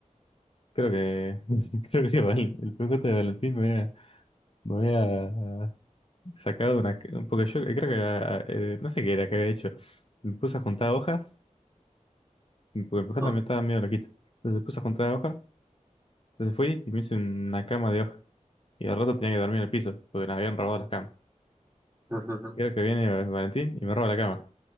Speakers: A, on the left; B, on the right.
A: Creo que... <laughs> Creo que Val- el PJ de Valentín me había, me había sacado una... Porque yo creo que era... eh, no sé qué era que había hecho. Me puse a juntar hojas, porque el PJ
B: ah,
A: me estaba medio loquito. Entonces me puse a juntar hojas, entonces fui y me hice una cama de hojas. Y al rato tenía que dormir en el piso, porque nos habían robado las camas.
B: ah, ah, <laughs> ah.
A: Creo que viene Valentín y me roba la cama.